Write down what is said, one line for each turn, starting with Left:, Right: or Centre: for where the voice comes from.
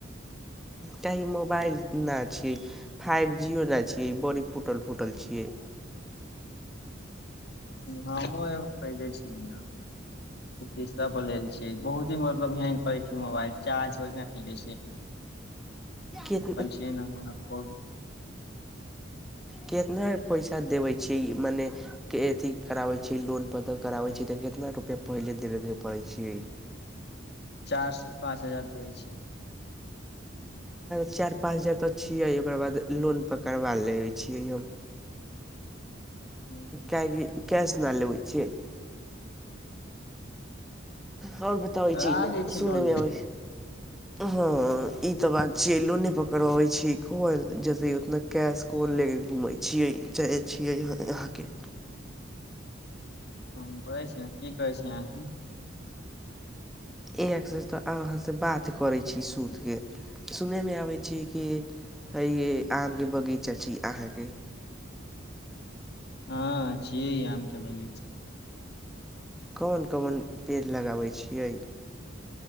Centre: काही मोबाइल नहि छि फाइव जी नहि छियै ई बड़ी फूटल फूटल छिए
Left: हमो एक खिदै छि <unintelligible> ओसा पर लेल छी बहुत ही मतलब हेंग करै छी मोबाइल चार् पुर मोबाइल
Centre: केत
Left: छै <unintelligible>
Centre: कितना पैसा देबै छियै मनै के अथी कराबे छियै लोन प त करावे छियै तऽ कितना रुपया पहिले देबे के पड़े छै
Left: चार से पाँच हजार देै छै
Centre: चारि पाँच हजार तऽ छियै ओकर बाद लोन पकड़बा लै छियै यौ
Left: हूँ,
Centre: काहेकि कैश नहि लेबै छियै ओर बताबै
Left: करा
Centre: छी
Left: लै छै
Centre: सुनेमे
Left: लोन पर
Centre: अबै ह ई तऽ बात छियै लोने पर करबाबे छै कहल जते उतना कैश कोन लेके घुमै छियै जाइ छियै यहाँके
Left: ह बै छै की कहै छै अहाँके
Centre: एक्स तऽ अहाँसँ बात करैत छी सुतके सुनयमे आबैत छी कि है ये आम के बगीचा छै अहाँके
Left: हँ छियै आम के बगीचा
Centre: कोन कोन पेड़ लगाबैत छियै